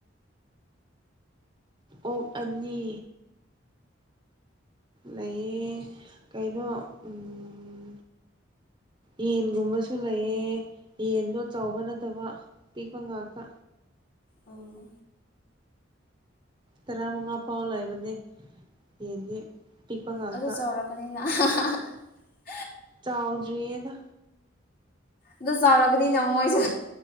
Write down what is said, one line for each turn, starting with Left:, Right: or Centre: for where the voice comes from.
Right: ꯑꯣꯛ ꯑꯅꯤ ꯂꯩꯌꯦ ꯀꯩꯅꯣ ꯎꯝ ꯌꯦꯟꯒꯨꯝꯕꯁꯨ ꯂꯩꯌꯦ ꯌꯦꯟꯗꯣ ꯆꯥꯎꯕ ꯅꯠꯇꯕ ꯄꯤꯛꯄ ꯉꯥꯛꯇ
Left: ꯑꯣ
Right: ꯇꯔꯥ ꯃꯉꯥ ꯐꯥꯎ ꯂꯩꯕꯅꯦ ꯌꯦꯟꯗꯤ ꯄꯤꯛꯄ ꯉꯥꯛꯇ
Left: ꯑꯗꯨ <unintelligible>
Right: ꯆꯥꯎꯗꯔꯤꯌꯦꯗ
Left: ꯑꯗ‌ꯣ ꯆꯥꯎꯔꯒꯗꯤ ꯅꯃꯣꯏꯁꯨ